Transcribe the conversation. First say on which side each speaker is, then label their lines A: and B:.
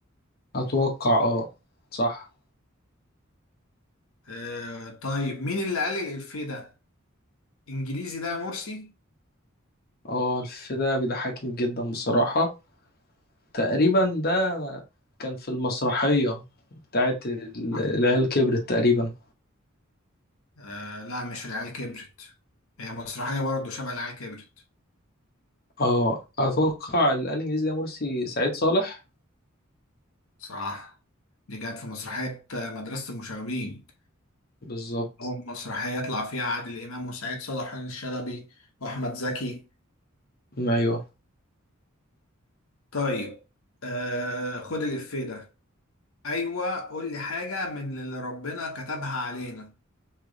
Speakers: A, on the left; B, on the left.
A: اتوقع اه صح
B: آه، طيب مين اللي قال لي الإفيه ده انجليزي ده يا مرسي
A: اه الفيلم ده بيضحكني جدا بصراحة تقريبا ده كان في المسرحية بتاعت ال-
B: آه.
A: العيال كبرت تقريبا
B: آه، لا مش العيال كبرت هي مسرحية برضه شبه العيال كبرت
A: اه اتوقع اللي قال انجليزي ده مرسي سعيد صالح
B: صح دي كانت في مسرحية آه، مدرسة المشاغبين
A: بالظبط
B: أول مسرحية يطلع فيها عادل إمام وسعيد صالح وحسين الشلبي وأحمد زكي
A: ايوه
B: طيب آه، خد الإفيه ده ايوه قول لي حاجه من اللي ربنا كتبها علينا